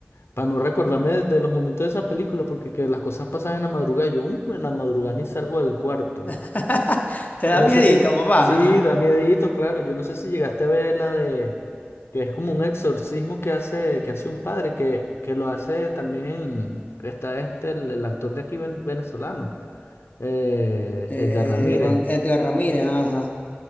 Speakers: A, on the left; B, on the left.
A: para no recordarme de, de los momentos de esa película, porque que las cosas pasan en la madrugada. Yo, "Uh, en la madrugada ni salgo del cuarto.
B: <laughs> Te da
A: Yo no
B: miedito,
A: sé si,
B: papá.
A: sí,
B: <laughs>
A: da miedito, claro. Yo no sé si llegaste a ver la de que es como un exorcismo que hace, que hace un padre, que, que lo hace también, que está este, el, el actor de aquí ven- venezolano, eh,
B: Eh,
A: Edgar Ramírez.
B: Juan Edgar Ramírez, ajá.